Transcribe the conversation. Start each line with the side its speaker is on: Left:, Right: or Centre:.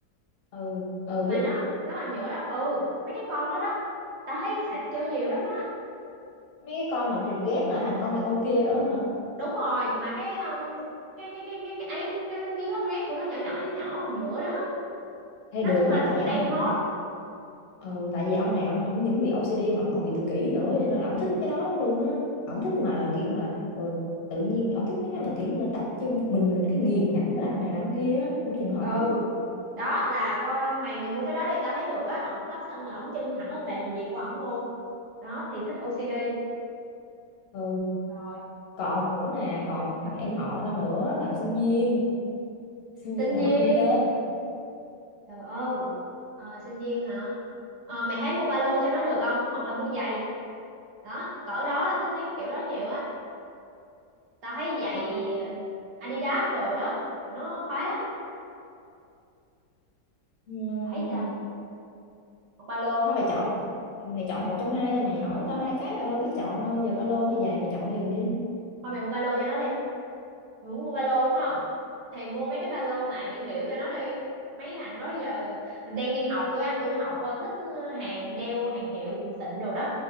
Left: ừ ừ
Right: mà
Left: biết
Right: nó nó bằng nhựa đó ừ mấy cái con đó đó tao thấy xài chơi nhiều lắm á
Left: mấy cái con mà cái ghép lại thành con này con kia đó hả
Right: đúng rồi mà cái um, cái cái cái cái cái ấy cái miếng lắp ghép của nó nhỏ nhỏ nhỏ nhỏ bằng nhựa đó
Left: hay
Right: nói
Left: được
Right: chung
Left: á
Right: là
Left: tại ông
Right: đang
Left: này
Right: hot
Left: ừ tại vì ông này ông không những bị OCD mà ông còn bị tự kỷ nữa cho nên là ông thích mấy cái đó lắm luôn á ông thích mà kiểu mà ừ, tự nhiên ông thích mấy cái mà kiểu như là tập trung một mình mình cái nghiền ngẫm làm này làm kia á ông trường hợp
Right: ừ
Left: lắm á
Right: đó là coi mày mày mua cái đó đi tao thấy được á ổng lắp xong là ổng chân thẳng lên bàn làm việc của ổng luôn đó thì thích OCD
Left: ừ
Right: rồi
Left: còn nữa nè còn thằng em họ tao nữa làm sinh viên sinh
Right: sinh
Left: viên đại
Right: viên
Left: học kinh tế
Right: Trời ơi, Ờ, sinh viên hả? Ờ, mày thấy mua ba lô cho nó được không? Hoặc là mua giày. Đó, cỡ đó là thích mấy cái kiểu đó nhiều á. Tao thấy giày
Left: vậy thôi
Right: ờ, Adidas đồ đó, tụi nó khoái lắm.
Left: Ừm,
Right: Rồi thấy sao? Hoặc ba lô.
Left: không mày chọn mày chọn một trong hai thôi mày hỏi tao hai cái tao đâu biết chọn đâu giờ ba lô hay giày mày chọn giùm đi
Right: Thôi mày mua ba lô cho nó đi. Mày muốn mua ba lô đúng không? Thì mua mấy cái ba lô mà hiệu hiệu cho nó đi. Mấy thằng đó giờ mình đang đi học, tuổi ăn tuổi học, ờ, thích ờ, hàng đeo hàng hiệu xịn xịn đồ đó.